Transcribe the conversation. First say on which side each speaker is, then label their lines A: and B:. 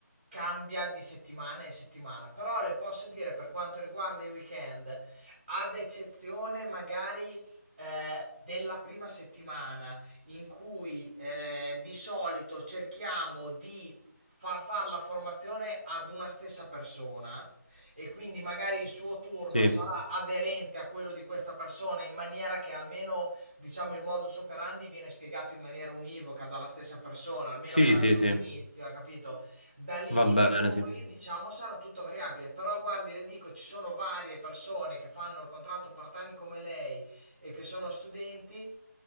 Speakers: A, on the right; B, on the left.
A: cambia di settimana in settimana, però le posso dire per quanto riguarda i weekend, ad eccezione magari eh, della prima settimana in cui eh, di solito cerchiamo di far fare la formazione ad una stessa persona, e quindi magari il suo turno
B: Sì,
A: sarà aderente a quello di questa persona in maniera che almeno diciamo il modus operandi viene spiegato in maniera univoca dalla stessa persona, almeno
B: sì,
A: per avere
B: sì, sì,
A: un inizio, ha capito? Da lì
B: va bene,
A: in poi
B: sì.
A: diciamo sarà tutto variabile, però guardi, le dico, ci sono varie persone che fanno il contratto part-time come lei e che sono studenti